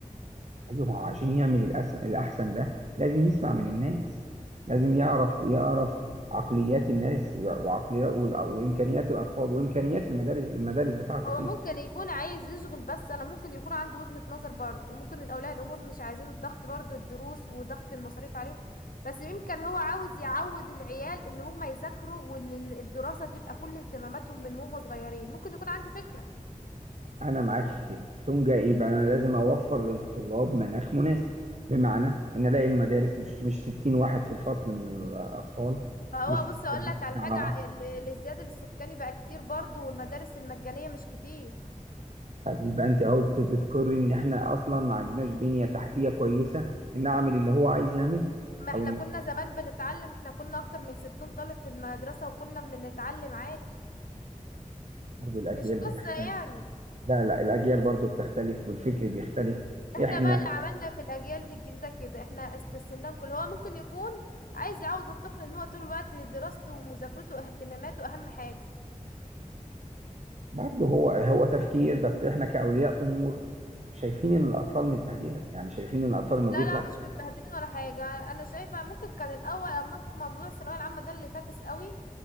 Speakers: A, on the right; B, on the left.
A: ايوه ما هو عشان يعمل الأس- الاحسن ده لازم يسمع من الناس لازم يعرف يعرف عقليات الناس وعقليات وامكانيات الاطفال وامكانيات المدارس المدارس بتاعتك
B: هو
A: انت
B: ممكن يكون عايز يشغل بس أنا ممكن يكون عنده وجهة نظر برضه وممكن الأولياء الأمور مش عايزين الضغط برضه الدروس وضغط المصاريف عليهم بس يمكن هو عاوز يعود العيال إن هما يذاكروا وإن ال- الدراسة تبقى كل اهتماماتهم من هما صغيرين ممكن يكون عنده فكرة
A: أنا معاك في كده تقوم جاي إيه بقى أنا لازم أوفر للطلاب مناخ مناسب بمعنى إن ألاقي المدارس مش مش 60 واحد في الفصل من الأطفال
B: هو
A: مش
B: بص
A: متكربسين
B: اقول لك على حاجه
A: على بعض
B: ال- الازدياد السكاني بقى كتير برضو والمدارس المجانيه مش كتير
A: طب يبقى أنت أهو بت- بتقري إن إحنا أصلا ما عندناش بنية تحتية كويسة إن أعمل اللي هو عايز يعمله
B: ما احنا
A: أو إن
B: كنا زمان بنتعلم احنا كنا اكتر من 60 طالب في المدرسه وكنا بنتعلم عادي
A: برضه الأجيال
B: مش قصه
A: بتختلف
B: يعني
A: لا لا الأجيال برضه بتختلف والفكر بيختلف
B: احنا
A: إحنا
B: بقى اللي عملنا في الاجيال دي الجديده كده احنا استسهلنا كل هو ممكن يكون عايز يعود الطفل ان هو طول الوقت دراسته ومذاكرته واهتماماته اهم حاجه
A: برضه هو هو تفكير بس إحنا كأولياء أمور شايفين إن الأطفال متبهدلة يعني شايفين إن الأطفال لما بيطلع
B: لا لا مش متبهدلين ولا حاجة أنا شايفة ممكن كان الأول أما ممكن موضوع الثانوية العامة ده اللي فاكس قوي